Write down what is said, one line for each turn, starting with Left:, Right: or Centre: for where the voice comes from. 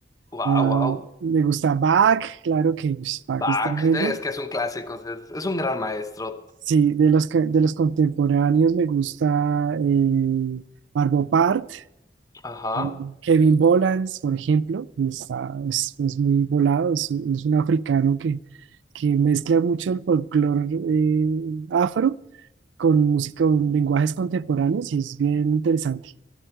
Left: Wow,
Right: ah,
Left: wow.
Right: me gusta Bach, claro que ush, Bach
Left: Bach,
Right: es tremendo.
Left: eh, es que es un clásico, es, es un gran maestro.
Right: Sí, de los, ca- de los contemporáneos me gusta eh, Arvo Pärt,
Left: Ajá.
Right: Mm, Kevin Bolans, por ejemplo, está, es, es muy volado, es, es un africano que, que mezcla mucho el folclore eh, afro con música, con lenguajes contemporáneos y es bien interesante.